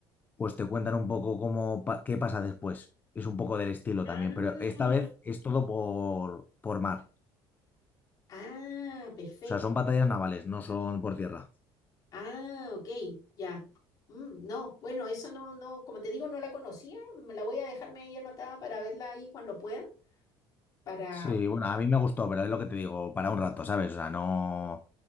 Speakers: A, on the left (about 20°); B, on the left (about 40°).
A: pues te cuentan un poco cómo, pa- qué pasa después. Es un poco del estilo
B: Ah,
A: también, pero esta vez es todo por, por mar.
B: ah, perfecto.
A: O sea, son batallas navales, no son por tierra.
B: Ah, ok, ya. Mm, no, bueno, eso no, no, como te digo, no la conocía. Me la voy a dejarme ahí anotada para verla ahí cuando pueda. Para.
A: Sí, bueno, a mí me gustó, pero es lo que te digo, para un rato, ¿sabes? O sea, no,